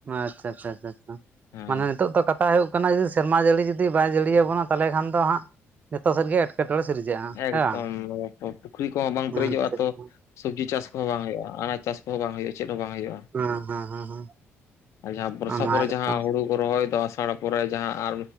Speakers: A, on the right (about 35°); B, on the left (about 75°).
A: ᱟᱪᱪᱷᱟ ᱟᱪᱪᱷᱟ ᱟᱪᱷᱟᱷᱟ
B: ᱦᱮᱸ
A: ᱢᱟᱱᱮ ᱱᱤᱛᱚᱜ ᱫᱚ ᱠᱟᱛᱷᱟ ᱦᱳᱭᱳᱜ ᱠᱟᱱᱟ ᱡᱩᱫ ᱥᱮᱨᱢᱟ ᱡᱟᱹᱲᱤ ᱡᱩᱫᱤ ᱵᱟᱭ ᱡᱟᱹᱲᱤ ᱟᱵᱚᱱᱟ ᱛᱟᱦᱚᱞᱮ ᱠᱷᱟᱱ ᱫᱚ ᱦᱟᱸᱜ ᱡᱚᱛᱚ ᱥᱮᱫ ᱜᱮ ᱮᱴ ᱮᱴᱠᱮᱚᱬᱮ ᱥᱤᱨᱡᱟᱹᱜᱼᱟ᱾
B: ᱮᱠᱫᱚᱢ
A: ᱦᱮᱸ ᱵᱟᱝ
B: ᱯᱩᱠᱷᱨᱤ ᱠᱚᱦᱚᱸ ᱵᱟᱝ ᱯᱮᱨᱮᱡᱚᱜᱼᱟ
A: ᱟᱪᱪᱷᱟ
B: ᱛᱚ
A: ᱟᱪᱪᱷᱟ
B: ᱥᱚᱵᱽᱡᱤ ᱪᱟᱥ ᱠᱚᱦᱚᱸ ᱵᱟᱝ ᱦᱩᱭᱩᱜᱼᱟ ᱟᱱᱟ ᱪᱟᱥ ᱠᱚ ᱵᱟᱝ ᱦᱳᱭᱳᱜᱼᱟ ᱪᱮᱫ ᱦᱚᱸ ᱵᱟᱝ ᱦᱳᱭᱳᱜᱼᱟ
A: ᱦᱮᱸ ᱦᱮᱸ ᱦᱮᱸ ᱦᱮᱸ ᱦᱮᱸ ᱦᱮᱸ
B: ᱟᱨ ᱡᱟᱦᱟᱸ ᱵᱚᱨᱥᱟ
A: ᱚᱱᱟ
B: ᱯᱚᱨᱮ
A: ᱜᱮᱛᱚ
B: ᱡᱟᱦᱟᱸ ᱦᱳᱲᱳ ᱨᱚᱦᱚᱭ ᱫᱚ ᱟᱥᱟᱲ ᱯᱚᱨᱮ ᱡᱟᱦᱟᱸ ᱟᱨ